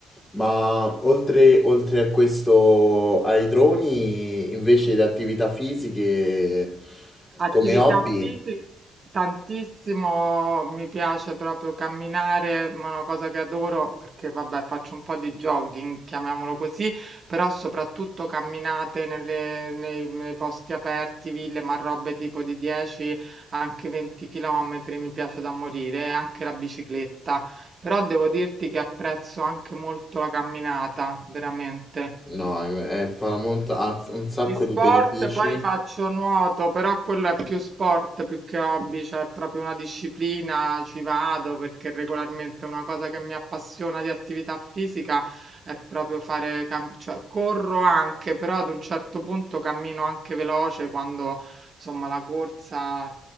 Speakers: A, on the left; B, on the right.
A: Ma oltre, oltre a questo, ai droni, invece di attività fisiche,
B: Attività
A: come hobby?
B: fisica tantissimo, mi piace proprio camminare, ma è una cosa che adoro perché vabbè, faccio un po' di jogging, chiamiamolo così, però soprattutto camminate nelle- nei, nei posti aperti, ville, ma robe tipo di 10, anche 20 chilometri mi piace da morire, e anche la bicicletta. Però devo dirti che apprezzo anche molto la camminata, veramente.
A: No, ehm, ehm, fa molta ha un sacco
B: Di sport
A: di benefici,
B: poi faccio nuoto, però quello è più sport più che hobby, cioè è proprio una disciplina, ci vado perché regolarmente una cosa che mi appassiona di attività fisica è proprio fare, cam- cioè corro anche, però ad un certo punto cammino anche veloce quando insomma la corsa